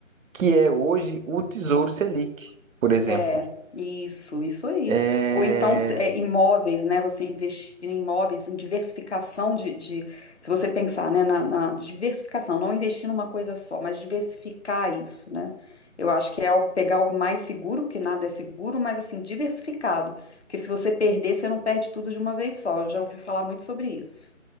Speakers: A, on the right (about 75°); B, on the left (about 55°).
A: que é hoje o Tesouro Selic, por exemplo.
B: É, isso, isso aí.
A: É
B: Ou então se- é, imóveis, né? Você investir em imóveis, em diversificação de, de- se você pensar, né, na, na diversificação, não investir numa coisa só, mas diversificar isso, né? Eu acho que é algo, pegar algo mais seguro, porque nada é seguro, mas assim, diversificado. Porque se você perder, você não perde tudo de uma vez só. Eu já ouvi falar muito sobre isso.